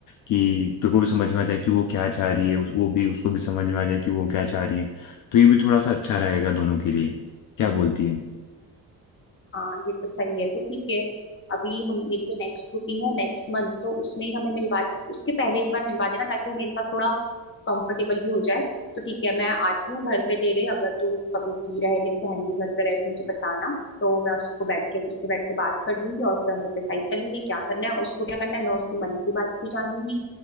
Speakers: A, on the left; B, on the left.
A: कि तुमको भी समझ में आ जाए कि वो क्या चाह रही है उस- वो भी उसको भी समझ में आ जाए कि वो क्या चाह रही है तो ये भी थोड़ा सा अच्छा रहेगा दोनों के लिए क्या बोलती है
B: हाँ ये तो सही है तो ठीक है अभी हम मेरी जो नेक्स्ट बुकिंग है नेक्स्ट मंथ तो उसमें ही हमें मिलवा दी उसके पहले एक बार मिलवा देना ताकि वो मेरे साथ थोड़ा कंफर्टेबल भी हो जाए तो ठीक है मैं आती हूँ घर पे तेरे अगर तू कभी फ्री रहे तेरी बहन भी घर पे रहे तो मुझे बताना तो मैं उसको बैठ के उससे बैठ के बात कर लूंगी और फिर हम लोग डिसाइड कर लेंगे क्या करना है उसको क्या करना है मैं उसकी मन की बात भी जान लूंगी